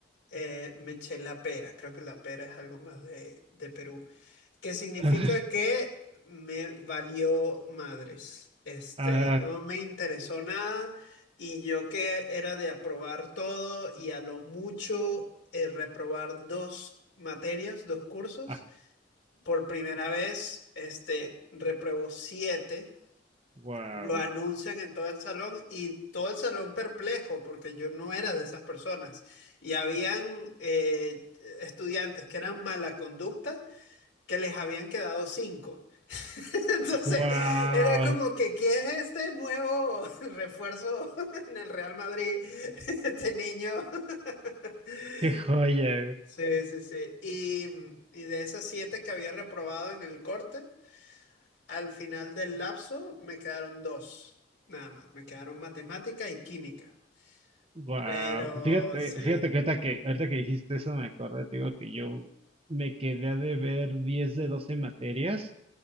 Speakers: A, on the left; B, on the right.
A: eh, me eché la pera. Creo que la pera es algo más de, de Perú que significa
B: <laughs>
A: que me valió madres. Este,
B: Ah,
A: no me interesó nada y yo que era de aprobar todo y a lo mucho eh, reprobar dos materias, dos cursos.
B: ah,
A: Por primera vez, este, repruebo siete.
B: wow,
A: Lo anuncian en todo el salón y todo el salón perplejo porque yo no era de esas personas. Y habían eh, estudiantes que eran mala conducta que les habían quedado cinco. <laughs> Entonces,
B: wow,
A: era como que, ¿quién es este nuevo <laughs> refuerzo <laughs> en el Real Madrid? <laughs> Este niño. <laughs>
B: qué joya,
A: Sí, sí, sí. Y, y de esas siete que había reprobado en el corte, al final del lapso me quedaron dos, nada más. Me quedaron matemática y química.
B: wow.
A: Pero
B: Fíjate,
A: sí,
B: fíjate que ahorita que ahorita que dijiste eso me acordé, te digo que yo me quedé a deber 10 de 12 materias